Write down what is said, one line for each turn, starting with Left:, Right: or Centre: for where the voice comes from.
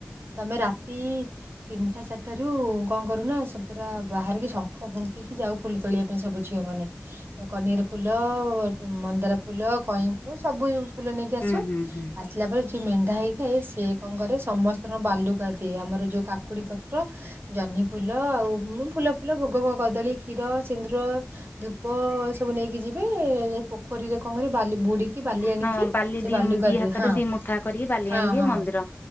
Right: ତମେ ରାତି ତିନିଟା ଚାରିଟାରୁ କଣ କରୁନା ସବୁ ପୁରା ବାହାରିକି ଶଙ୍ଖ ଫୁଙ୍କିକି ଯାଉ ଫୁଲ ତୋଳିବା ପାଇଁ ସବୁ ଝିଅ ମାନେ। କନିଆର ଫୁଲ ମନ୍ଦାର ଫୁଲ କଇଁ ଫୁଲ ସବୁ ଫୁଲ ନେଇକି
Left: ହୁଁ
Right: ଆସୁ।
Left: ହୁଁ ହୁଁ
Right: ଆସିଲା ପରେ ଯିଏ ମେଣ୍ଢା ହେଇଥାଏ ସିଏ କଣ କରେ ସମସ୍ତଙ୍କର ବାଲୁକା ଦିଏ ଆମର ଯୋଉ କାକୁଡି ପତ୍ର ଜହ୍ନି ଫୁଲ ଆଉ ମୁଁ ଫୁଲ ଫୁଲ ଭୋଗ ଫୋଗ କଦଳୀ କ୍ଷୀର ସିନ୍ଦୁର ଧୂପ ସବୁ ନେଇକି ଯିବେ ଯାଇ ପୋ ଖୋରିରେ କଣ କରିବେ, ବାଲି ବୁଡିକି ବାଲି ଆଣିକି
Left: ହଁ ବାଲି
Right: ସେ
Left: ଦି
Right: ବାଲୁକା
Left: ଦି
Right: ଦିଏ।
Left: ହାତରେ
Right: ହଁ
Left: ଦି ମୁଠା କରିକି ବାଲି
Right: ହଁ
Left: ଆଣିକି
Right: ହଁ
Left: ମନ୍ଦିର